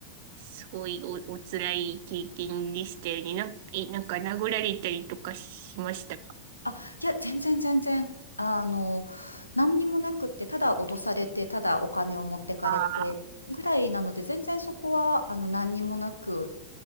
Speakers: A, on the right; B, on the left.
A: すごいお、お辛い経験でしたよね。なん、え、なんか殴られたりとかしましたか
B: あ、いや、全然全然。あの、何にもなくって、ただ落とされて、ただお金を持ってかれてぐらいなので、
A: あ
B: 全然そこは、あの、何にもなく、